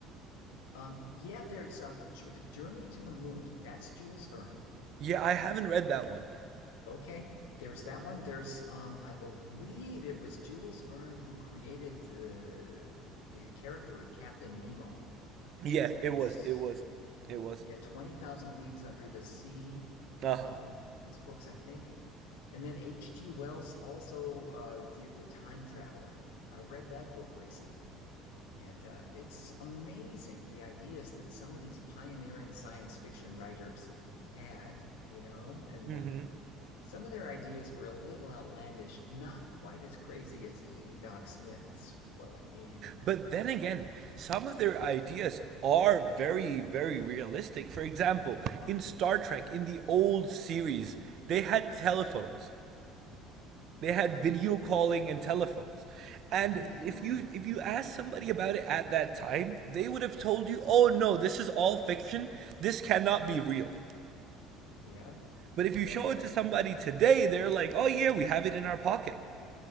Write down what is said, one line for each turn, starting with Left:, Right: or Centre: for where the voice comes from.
Left: Um, yeah, there's um Jour- Journey to the Moon. That's Jules Verne.
Right: Yeah, I haven't read that one.
Left: Okay. There's that one. There's um I believe it was Jules Verne who created the the character of Captain Nemo.
Right: Yeah, it
Left: And
Right: was.
Left: s-
Right: It was. It was.
Left: yeah, 20,000 Leagues Under the Sea,
Right: Uh-huh.
Left: um one of his books, I think. And then H.G. Wells also uh did The Time Traveler. I read that book recently. And uh, it's amazing the ideas that some of these pioneering science fiction writers had, you know? And
Right: hmm
Left: uh, some of their ideas were a little outlandish, not quite as crazy as E. E. Doc Smith's, but I mean,
Right: But then again, some of their ideas are very, very realistic. For example, in Star Trek, in the old series, they had telephones. They had video
Left: in the old,
Right: calling and telephones. And
Left: yeah,
Right: if you if you asked somebody about it at that time, they would have told you, "Oh no, this is all fiction. This cannot be real."
Left: yeah,
Right: But if you
Left: yep,
Right: show it
Left: that-
Right: to somebody today, they're like, "Oh yeah, we have it in our pocket."